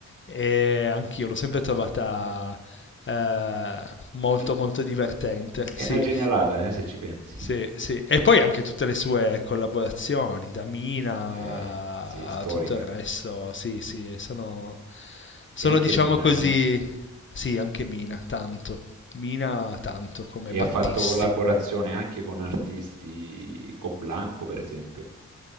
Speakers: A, on the left; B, on the right.
A: e anch'io l'ho sempre trovata eh, molto,
B: Quella-
A: molto divertente.
B: È
A: Sì.
B: una genialata, eh, se ci pensi.
A: Sì, sì. E poi anche tutte le sue collaborazioni, da Mina
B: Eh, sì, storica.
A: a tutto il resto, sì, sì, sono, sono
B: E anche
A: diciamo
B: Mina,
A: così,
B: eh.
A: sì, anche Mina, tanto. Mina tanto come
B: E
A: Battisti.
B: ha fatto collaborazione anche con artisti, con Blanco per esempio.